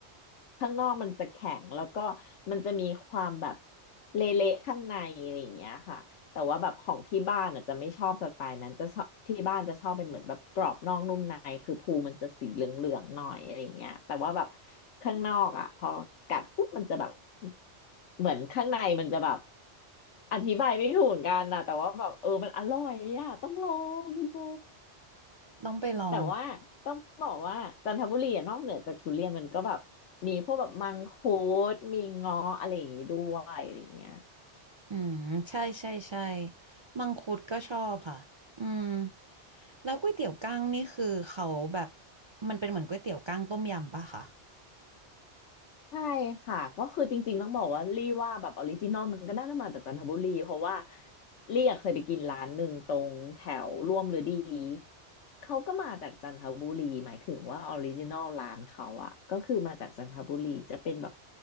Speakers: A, on the left (about 85°); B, on the right (about 45°).
A: ข้างนอกมันจะแข็งแล้วก็มันจะมีความแบบเละๆข้างในอะไรอย่างเงี้ยค่ะ แต่ว่าแบบของที่บ้านอ่ะจะไม่ชอบสไตล์นั้นจะชอบที่บ้านจะชอบเป็นเหมือนแบบกรอบนอกนุ่มในคือภูมันจะสีเหลืองๆหน่อยอะไรอย่างเงี้ยแต่ว่าแบบข้างนอกอ่ะพอกัดปุ๊บมันจะแบบเหมือนข้างในมันจะแบบอธิบายไม่ถูกเหมือนกันนะแต่ว่าแบบเออมันอร่อยอ่ะต้องลองคุณโบ
B: ต้องไปลอง
A: แต่ว่าต้องบอกว่าจันทบุรีอะนอกเหนือจากทุเรียนมันก็แบบมีพวกแบบมังคุดมีเงาะอะไรอย่างงี้ด้วยอะไรอย่างเงี้ย
B: อืมใช่ใช่ใช่มังคุดก็ชอบค่ะอืมแล้วก๋วยเตี๋ยวกั้งนี่คือเขาแบบมันเป็นเหมือนก๋วยเตี๋ยวกั้งต้มยำปะคะ
A: ใช่ค่ะก็คือจริงๆต้องบอกว่าลี่ว่าแบบออริจินอลมันก็น่าจะมาจากจันทบุรีเพราะว่าลี่อะเคยไปกินร้านหนึ่งตรงแถวร่วมฤดีเขาก็มาจากจันทบุรีหมายถึงว่าออริจินอลร้านเขาอะก็คือมาจากจันทบุรีจะเป็นแบบ